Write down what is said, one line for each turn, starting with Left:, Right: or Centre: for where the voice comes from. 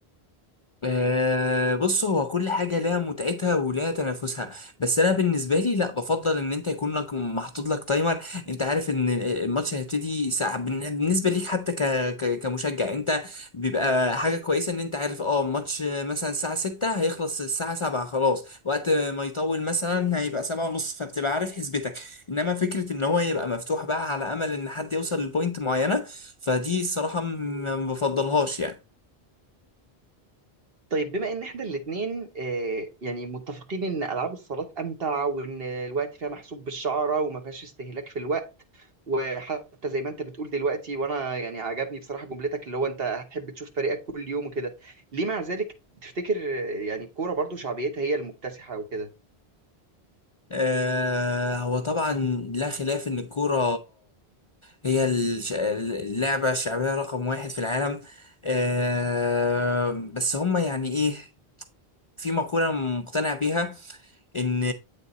Left: آه، بص هو كل حاجة لها متعتها ولها تنافسها بس أنا بالنسبة لي لا بفضل إن أنت يكون لك محطوط لك تايمر أنت عارف إن الماتش هيبتدي ساعة بالن- بالنسبة ليك حتى ك... ك... كمشجع أنت بيبقى حاجة كويسة إن أنت عارف أه الماتش مثلا الساعة 6 هيخلص الساعة 7 خلاص وقت ما يطول مثلا هيبقى 7 ونص فبتبقى عارف حسبتك إنما فكرة إن هو يبقى مفتوح بقى على أمل إن حد يوصل لبوينت معينة فدي الصراحة ما ما بفضلهاش يعني
Right: طيب بما ان احنا الاتنين آه، يعني متفقين ان العاب الصالات امتع وان الوقت فيها محسوب بالشعره وما فيهاش استهلاك في الوقت وحتى زي ما انت بتقول دلوقتي وانا يعني عجبني بصراحه جملتك اللي هو انت هتحب تشوف فريقك كل يوم وكده ليه مع ذلك تفتكر آه، يعني الكوره برضو شعبيتها هي المكتسحه وكده
Left: آه، هو طبعا لا خلاف ان الكوره هي الش- اللعبه الشعبيه رقم واحد في العالم آه، بس هم يعني ايه في مقوله مقتنع بيها ان